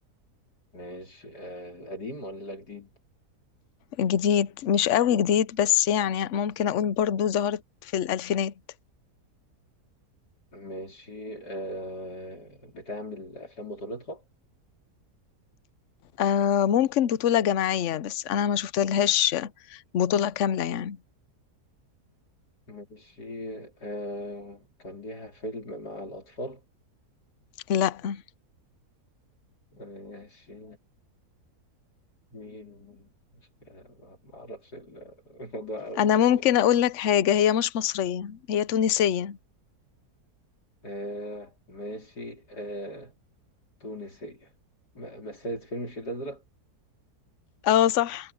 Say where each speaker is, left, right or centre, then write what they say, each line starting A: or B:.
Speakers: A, on the left (about 80°); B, on the left (about 60°).
A: ماشي آه قديم ولا جديد
B: جديد مش قوي جديد بس يعني ممكن أقول برضو ظهرت في الألفينات
A: ماشي آه بتعمل أفلام بطولتها
B: آه ممكن بطولة جماعية بس أنا ما شفتلهاش بطولة كاملة يعني
A: ماشي آه كان ليها فيلم مع الأطفال
B: لا
A: ماشي مين مش آه، ما أعرفش الموضوع أوي
B: أنا
A: بس
B: ممكن أقول لك حاجة هي مش مصرية هي تونسية
A: آه ماشي آه تونسية م- مثلت فيلم الفيل الأزرق
B: اه صح